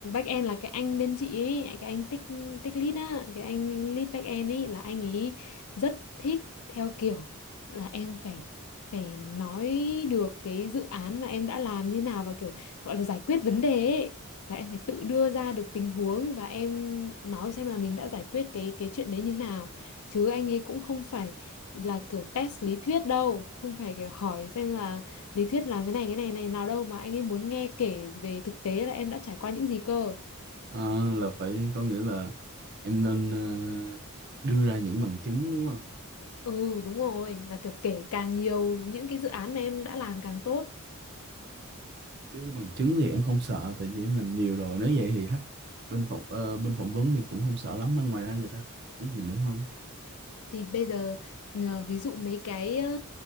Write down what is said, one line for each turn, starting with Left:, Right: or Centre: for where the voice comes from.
Left: end là cái anh bên chị ấy, cái anh tích tích lead á, cái anh lead end ấy là anh ấy rất thích theo kiểu là em phải phải nói được cái dự án mà em đã làm như nào và kiểu gọi là giải quyết vấn đề ấy. Là em phải tự đưa ra được tình huống và em nói xem là mình đã giải quyết cái cái chuyện đấy như thế nào. Chứ anh ấy cũng không phải là kiểu test lý thuyết đâu, không phải kiểu hỏi xem là lý thuyết làm cái này cái này này nào đâu mà anh ấy muốn nghe kể về thực tế là em đã trải qua những gì cơ
Right: À, là phải có nghĩa là em nên ờ, đưa ra những bằng chứng đúng không?
Left: ừ đúng rồi là kiểu kể càng nhiều những cái dự án mà em đã làm càng tốt
Right: Đưa ra bằng chứng thì em không sợ tại vì em làm nhiều rồi. Nếu vậy thì hắc bên phỏng ờ, bên phỏng vấn thì cũng không sợ lắm mà ngoài ra người ta hỏi gì nữa không?
Left: thì bây giờ ờ, ví dụ mấy cái ờ,